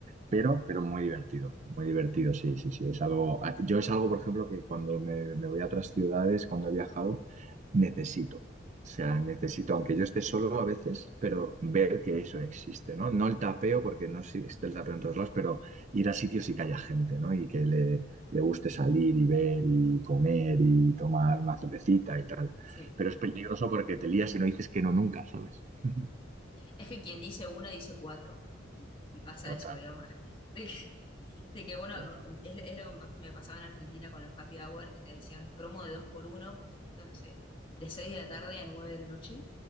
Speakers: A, on the right; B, on the left.
A: pero, pero muy divertido, muy divertido, sí, sí, sí. Es algo, a- yo es algo, por ejemplo, que cuando me, me voy a otras ciudades, cuando he viajado, necesito. O sea, necesito,
B: claro,
A: aunque yo esté solo a veces, pero ver que eso existe, ¿no? No el tapeo, porque no existe el tapeo en todos lados, pero ir a sitios y que haya gente, ¿no? Y que le, le guste salir y ver y comer y tomar una cervecita y tal.
B: sí.
A: Pero es peligroso porque te lías y no dices que no nunca, ¿sabes? <laughs>
B: Es que quien dice una dice cuatro y, y pasa
A: Total,
B: eso, digamos, ¿eh? de De que uno,
A: total.
B: es, es lo que me pasaba en Argentina con los happy hour, que te decían promo de dos por uno por ejemplo, no sé, de 6 de la tarde a 9 de la noche.